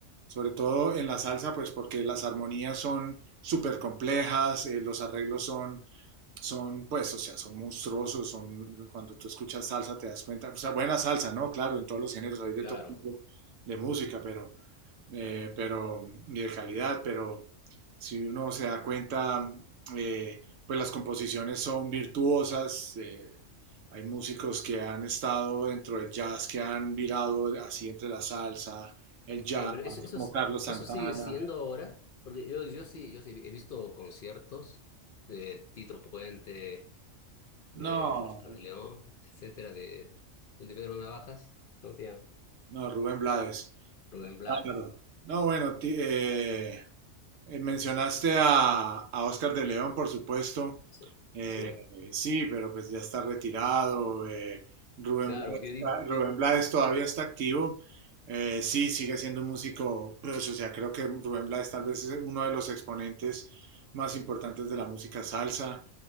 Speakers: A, on the right (about 80°); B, on the left (about 55°).
A: sobre todo en la salsa, pues porque las armonías son súper complejas, eh, los arreglos son son, pues, o sea, son monstruosos, son, cuando tú escuchas salsa te das cuenta, o sea, buena salsa, ¿no? Claro, en todos los géneros hay de
B: claro.
A: todo tipo de música, pero, eh, pero, y de calidad, pero si uno se da cuenta, eh, pues las composiciones son virtuosas, eh, hay músicos que han estado dentro del jazz, que han virado así entre la salsa, el jazz,
B: Ya, pero eso, eso,
A: como
B: es-
A: Carlos Santana.
B: eso sigue siendo ahora, porque yo, yo sí, yo sí he visto conciertos de Tito Puente,
A: No,
B: eh, Oscar de León, etcétera, de, el de Pedro Navajas, ¿cómo se llama?
A: No, Rubén Blades.
B: Rubén
A: No,
B: Blades.
A: claro. No, bueno, ti- eh, eh, mencionaste a, a Oscar de León, por supuesto.
B: Sí,
A: Eh,
B: sí.
A: sí, pero pues ya está retirado. eh, Rubén
B: Claro,
A: Blades,
B: porque yo,
A: está-
B: di-
A: Rubén
B: yo-
A: Blades todavía está activo. Eh, sí, sigue siendo un músico, pues, o sea, creo que Rubén Blades tal vez es uno de los exponentes más importantes de la música salsa